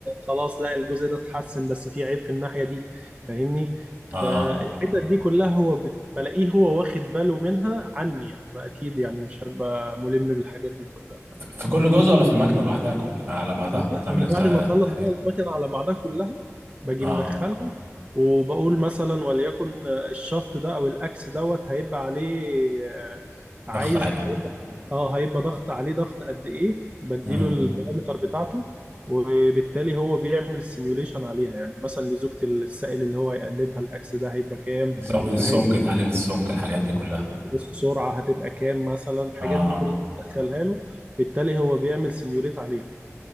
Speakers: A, on the right; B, on the right.
A: خلاص لا الجزء ده اتحسن بس في عيب في الناحية دي فاهمني
B: اه
A: فالحتة دي كلها هو بت- بلاقيه هو واخد باله منها عني يعني أنا أكيد يعني مش هبقى ملم بالحاجات دي كلها
B: في كل جزء ولا في المكنة لوحدها كل على بعضها
A: لا يعني
B: تعمل الت-
A: انا بعد
B: التحليل
A: ما اخلص بقى المكنه على بعضها كلها باجي
B: اه
A: مدخله وبقول مثلا وليكن الشفط ده او الاكس دوت هيبقى عليه آه، عايز
B: ضغط عالي
A: هيبقى اه هيبقى ضغط عليه ضغط قد ايه بديله
B: امم
A: البارامتر بتاعته وبالتالي هو بيعمل سيميوليشن عليها يعني مثلا لزوجة السائل اللي هو يقلبها الاكس ده هيبقى كام
B: تزود السمك
A: فاهم
B: تقلل السمك الحاجات دي كلها
A: السرعة هتبقى كام مثلا الحاجات
B: اه
A: دي كلها بتدخلها له بالتالي هو بيعمل سيميوليت عليها